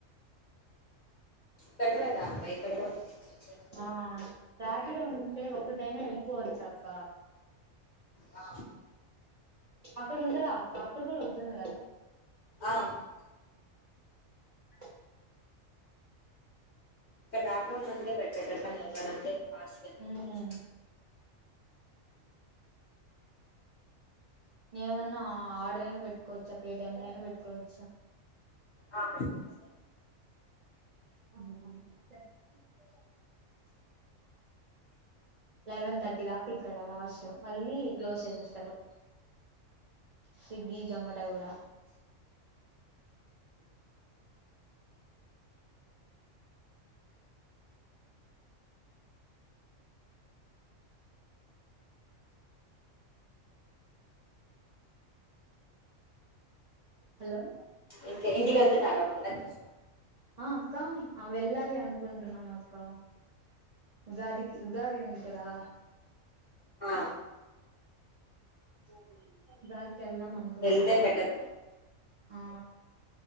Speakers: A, on the left; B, on the right.
A: బెటర్ ఎ గా ఇక్కడ కూడా కొంచెం మంచిగానే
B: ఆ రాపిడో ఉంటే ఒక్కటైనా వెళ్ళిపోవచ్చు అక్క
A: ఆ
B: అక్కడ ఉండదా అక్క అక్కడ కూడా ఉంటుంది కదా
A: ఆ ఉంది
B: అక్క
A: అక్కడ రాపడో అందుకే బెటర్ ఎక్కడికనా వెళ్ళాలంటే ఫాస్ట్ గా వెళ్లిపోవచ్చు
B: ఉమ్ ఏమన్నా ఆర్డర్ అయినా పెట్టుకో చక్క ఏ టైమ్ లో అయినా పెట్టుకోవచ్చా
A: ఆ పెట్టుకోవచ్చు
B: హు లెవెన్ థర్టీ దాకా ఇక్కడ లాస్ట్ మళ్ళీ క్లోజ్ చేసేస్తారు స్విగ్గి జొమ టో కూడా అ హలో
A: ఇంకా ఇంటికి వెళ్తున్నారా పండక్కి
B: ఆ అక్క ఆ వెళ్ళాలి అనుకుంటున్నాం అక్క ఉగాదికి ఉగాది ఉంది కదా
A: ఆ
B: ఉగాద్ వెళ్ళాదం అనుకుంటున్నా
A: వెళ్తే బెటర్
B: ఆ